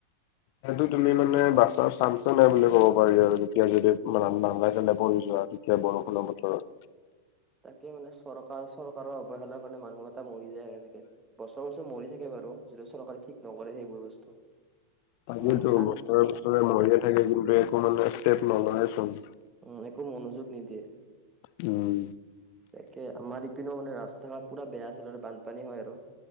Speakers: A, on the left; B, on the right.
A: সেইটো তুমি মানে বাছাৰ চান্সে নাই বুলি ক'ব পাৰি আৰু তেতিয়া যদি মানে নালে চালে পৰি যোৱা। এতিয়া বৰষুণৰ বতৰত।
B: তাকে মানে চৰকাৰ চৰকাৰৰ অৱহেলাৰ কাৰণে মানুহ এটা মৰি যায় এনেকে। বছৰ বছৰ মৰি থাকে বাৰু যদি চৰকাৰে ঠিক নকৰে সেইবোৰ বস্তু।
A: তাকেটো
B: মন কাণ
A: বস্তু
B: উম,
A: চবে মৰিয়ে থাকে কিন্তু একো মানে ষ্টেপ নলয় চব
B: উম একো মনোযোগ নিদিয়ে।
A: উম।
B: তাকে আমাৰ ইপিনেও মানে ৰাস্তা ঘাট পুৰা বেয়া আছিলে আৰু বানপানী হয় আৰু